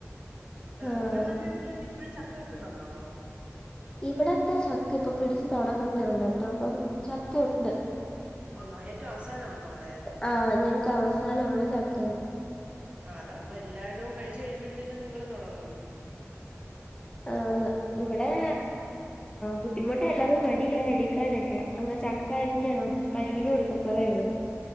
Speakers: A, on the left; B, on the right.
A: ആഹ്
B: നിങ്ങടെ നാട്ടിലെ വീട്ട്ലൊക്കെ ഇപ്പഴും ചക്ക കിട്ടുന്നുണ്ടോ?
A: ഇവിടത്തെ ചക്കയിപ്പൊ പിടിച്ചു തൊടങ്ങുന്നതേ ഉള്ളൂട്ടോ അപ്പം ചക്കയുണ്ട്.
B: ഒണ്ടോ? ഏറ്റവും അവസാനാന്നോ അവടെ?
A: ആ ഞങ്ങക്ക് അവസാനമാണ് ചക്കണ്ട
B: ആ അതാകുമ്പോ എല്ലായിടവും കഴിച്ചു കഴിയുമ്പോഴത്തേക്കും നിങ്ങള് തൊടങ്ങും.
A: ആന്ന് ഇവടെ. ബുദ്ധിമുട്ടാ എല്ലാർകും മടിയാ എടുക്കാനൊക്കെ അങ്ങ് ചക്കാ അരിഞ് പശുവിന് കൊടുകും.